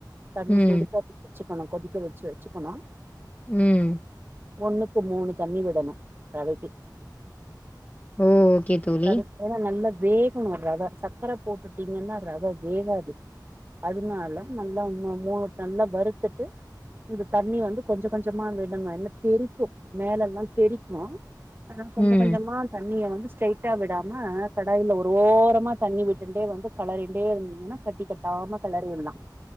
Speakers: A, on the right; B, on the left.
A: தண்ணி
B: ம்
A: சுடுத்தண் வச்சுக்கணு கொதிக்க வச்சு வச்சுக்கணு
B: ம்
A: ஒண்ணுக்கு மூணு தண்ணி விடணு ரவைக்கி
B: ஓ ஓகே தோழி
A: க ஏன்னா நல்லா வேகணு ரவ சக்கர போட்டுட்டீங்கன்னா ரவ வேகாது அதுனால நல்லா மூ நல்லா வருத்துட்டு இந்த தண்ணி வந்து கொஞ்ச கொஞ்சமா விடனு என்ன தெறிக்கு மேல எல்லா தெறிக்கு அனா கொஞ்சமா
B: ம்
A: கொஞ்சமா தண்ணிய வந்து ஸ்ட்ரைட்டா விடாம கடாயில ஒரு ஓரமா தண்ணி விட்டுண்டே வந்து கலறிண்டே இருந்திங்கனா கட்டி கட்டி லாம கெளறி உள்ளா